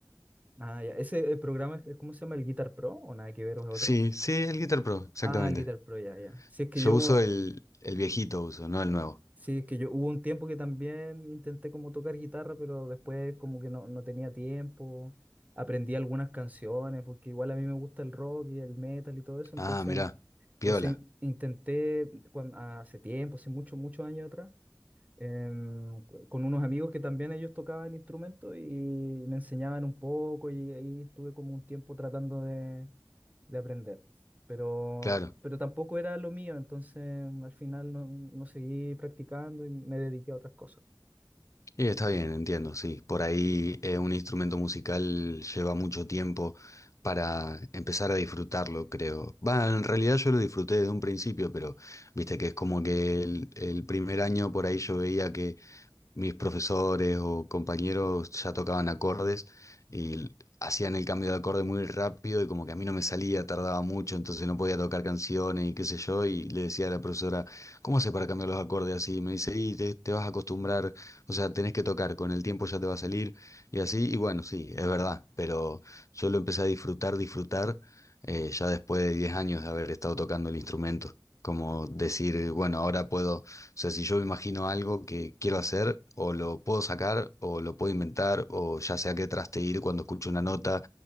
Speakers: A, on the right; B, on the left.
A: Ah, ya. Ese eh, programa es, ¿cómo se llama? ¿El Guitar Pro o nada que ver o es otro?
B: Sí, sí, el Guitar Pro, exactamente.
A: Ah, el Guitar Pro, ya, ya. Si es que
B: Yo
A: yo
B: uso el, el viejito uso, no el nuevo.
A: Sí, es que yo hubo un tiempo que también intenté como tocar guitarra, pero después como que no, no tenía tiempo. Aprendí algunas canciones, porque igual a mí me gusta el rock y el metal y todo eso.
B: Ah,
A: Entonces,
B: mirá,
A: entonces
B: piola,
A: intenté cuan- hace tiempo, hace muchos, muchos años atrás em, co- con unos amigos que también ellos tocaban instrumentos y me enseñaban un poco y ahí estuve como un tiempo tratando de, de aprender. Pero,
B: claro.
A: pero tampoco era lo mío, entonces em, al final no, no seguí practicando y me dediqué a otras cosas.
B: Y está bien, entiendo, sí. Por ahí eh, un instrumento musical lleva mucho tiempo para empezar a disfrutarlo, creo. Va, en realidad yo lo disfruté desde un principio, pero viste que es como que el, el primer año por ahí yo veía que mis profesores o compañeros ya tocaban acordes y l- hacían el cambio de acorde muy rápido y como que a mí no me salía, tardaba mucho, entonces no podía tocar canciones y qué sé yo, y le decía a la profesora, ¿cómo haces para cambiar los acordes así? Y me dice, y te, te vas a acostumbrar, o sea, tenés que tocar, con el tiempo ya te va a salir y así, y bueno, sí, es verdad, pero yo lo empecé a disfrutar, disfrutar, eh, ya después de 10 años de haber estado tocando el instrumento. Como decir, bueno, ahora puedo o sea, si yo me imagino algo que quiero hacer, o lo puedo sacar, o lo puedo inventar, o ya sé a qué traste ir cuando escucho una nota,